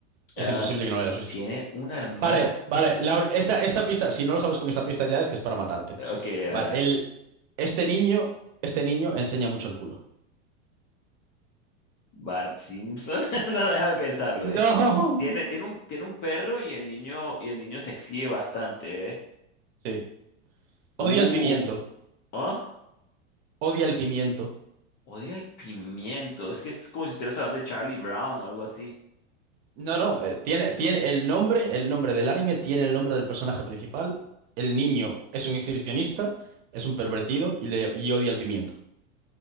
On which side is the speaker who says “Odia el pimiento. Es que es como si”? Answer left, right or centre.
Left